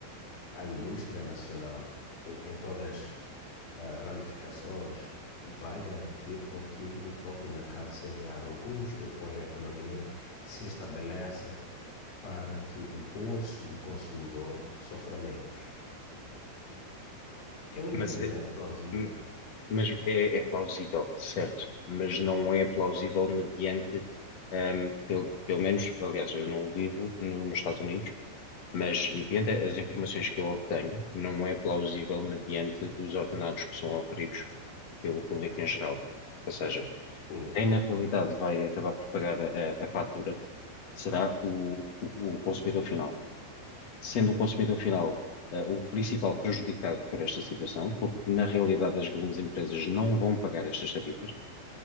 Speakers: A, on the left (about 80°); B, on the left (about 40°).
A: a indústria nacional, eh, em todas as ramificações, vai garantir com que o próprio mercado seja robusto, depois a economia se estabeleça para que o bolso do consumidor sofra menos. É um entendimento
B: Mas, é,
A: plausível.
B: m- mas é, é plausível, certo. Mas não é plausível mediante, ahm, pelo, pelo menos, aliás, eu não vivo no- nos Estados Unidos, Mas, mediante as informações que eu obtenho, não é plausível mediante os ordenados que são oferidos pelo público em geral. Ou seja,
A: Sim.
B: quem na realidade vai acabar por pagar a, a fatura será o, o- o consumidor final. Sendo o consumidor final, eh, o principal prejudicado por esta situação, porque na realidade as grandes empresas não vão pagar estas tarifas,